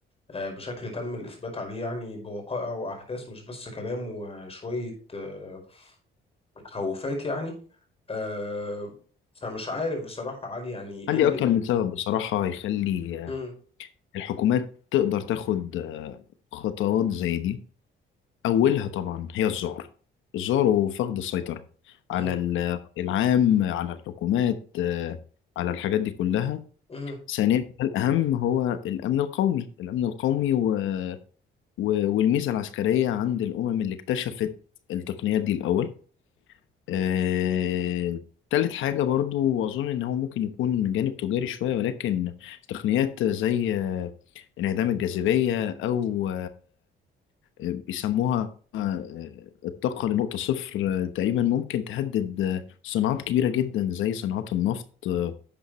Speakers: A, on the left; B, on the left.
A: آه، بشكل تم الاثبات عليه يعني بوقائع واحداث مش بس كلام وشويه آه، تخوفات يعني آه، فمش عارف بصراحه علي يعني ايه
B: عندي
A: اللي
B: أكتر من سبب بصراحة يخلي
A: مم،
B: آه، الحكومات تقدر تاخد آه، خطوات زي دي أولها طبعا هي الذعر الذعر وفقد السيطرة
A: مم،
B: على ال- العام على الحكومات آه، على الحاجات دي كلها
A: مم،
B: ثانيا الأهم هو الأمن القومي الأمن القومي و... و... والميزة العسكرية عند الأمم اللي اكتشفت التقنيات دي الأول آه... تالت حاجة برضو وأظن إن هو ممكن يكون من جانب تجاري شوية ولكن تقنيات زي آه، انعدام الجاذبية أو بيسموها آه، الطاقة لنقطة صفر آه، تقريبا ممكن تهدد آه، صناعات كبيرة جدا زي صناعات النفط آه،